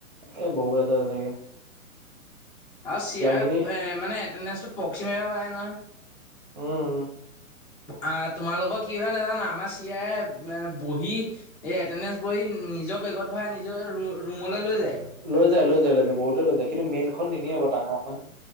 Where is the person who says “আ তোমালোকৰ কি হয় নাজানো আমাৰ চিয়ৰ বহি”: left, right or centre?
Left